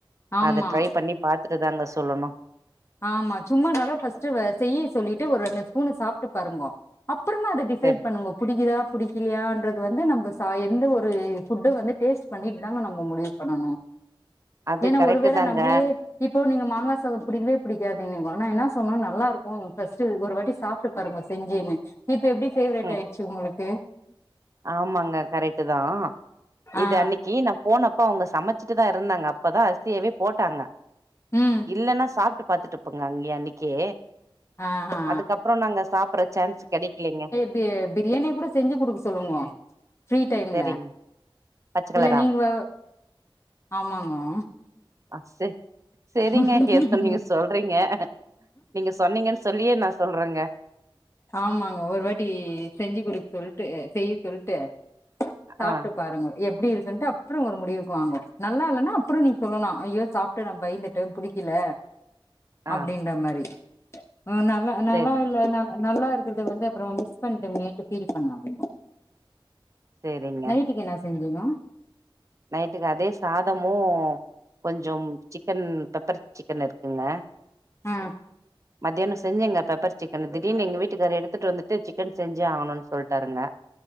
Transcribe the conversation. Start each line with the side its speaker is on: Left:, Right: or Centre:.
Left: ஆமா
Right: நா அத ட்ரை பண்ணி பாத்துட்டு தாங்க சொல்லனு
Left: ஆமா சும்மா நல்லா ஃபஸ்ட்டு வே செய்ய சொல்லிட்டு ஒரு ரெண்டு ஸ்பூனு சாப்ட்டு பாருங்கோ அப்புறமா அது டிசைட்
Right: சரி
Left: பண்ணுங்கோ புடிக்குதா பிடிக்கிலியான்றது வந்து நம்ப ச எந்த ஒரு ஃபுட்ட வந்து டேஸ்ட் பண்ணிட்டு தாங்க நம்ப முடிவு பண்ணணு
Right: அது
Left: ஏனா
Right: கரெக்ட்
Left: ஒருவேள
Right: தாங்க
Left: நம்பிளியே இப்ப நீங்க மாங்கா சாதோ புடிக்கவே புடிக்காதுன்னீங்கோ ஆனா என்ன சொல்னு நல்லா இருக்கு ஃபஸ்ட் ஒரு வாட்டி சாப்ட்டு பாருங்க செஞ்சீனு இப்ப எப்டி பேவரட்
Right: ம்
Left: ஆய்ட்ச்சி உங்களுக்கு
Right: ஆமாங்க கரெக்ட் தா இது
Left: ஆ
Right: அன்னைக்கு நா போனப்ப அவுங்க சமச்சிட்டு தா இருந்தாங்க அப்பதா அரிசியவே போட்டாங்க
Left: ம்
Right: இல்லன்னா சாப்ட்டு பாத்துட் இப்பங்க அங்கியே அன்னிக்கே
Left: ஆஹா
Right: அதுக்கப்புறோ நாங்க சாப்பற சான்ஸ் கெடைக்கலீங்க
Left: து பிரியாணிய கூட செஞ்சி குடுக்க சொல்லுங்க ஃப்ரீ டைம்ல
Right: செரிங்க பச்ச கலரா
Left: இல்ல நீங் வ ஆமாங்கோ
Right: ம் செரிங்க
Left: ஆமாங்க
Right: ஏதோ நீங்க சொல்றீங்க நீங்க சொன்னீங்கன் சொல்லியே நா சொல்றங்க
Left: ஆமாங்க ஒரு வாட்டி செஞ்சி குடுக் சொல்ட்டு செய்ய சொல்ட்டு சாப்ட்டு
Right: ஆ
Left: பாருங்கோ எப்டி இருக்குன்ட்டு அப் அப்றோ ஒரு முடிவுக் வாங்கோ நல்லா இல்லனா அப்றோ நீ சொல்லலா ஐயோ சாப்ட்டு நா பயந்துட்டு புடிக்கல அப்படின்ற
Right: ஆ
Left: மாரி நல்லா நல்லா
Right: செரி
Left: இல்ல நல் நல்லா இருக்கறது வந்து அப்புறோ மிஸ் பண்ட்ட மேன்ட்டு ஃபீல் பண்ணாதீங்கோ
Right: செரிங்க
Left: நைட்டுக்கு என்ன செய்வீங்கோ
Right: நைட்டுக்கு அதே சாதமு கொஞ்சம் சிக்கன் பெப்பர் சிக்கன் இருக்குங்க
Left: ஆ
Right: மத்யானோ செஞ்சங்க பெப்பர் சிக்கனு திடீர்னு எங்க வீட்டுக்காரு எடுத்துட்டு வந்துட்டு சிக்கன் செஞ்சே ஆவணுன் சொல்ட்டாருங்க